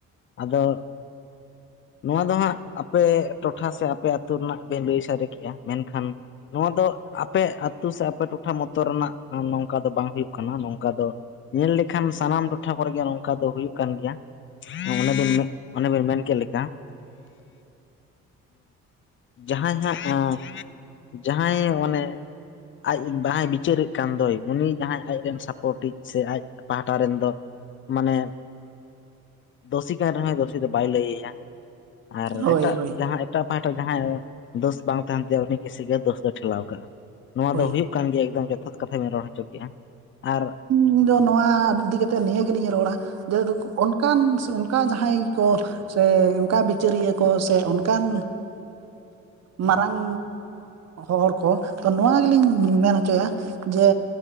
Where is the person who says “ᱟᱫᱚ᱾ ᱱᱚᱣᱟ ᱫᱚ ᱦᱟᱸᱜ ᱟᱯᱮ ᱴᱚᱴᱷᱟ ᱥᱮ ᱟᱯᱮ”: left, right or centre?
Left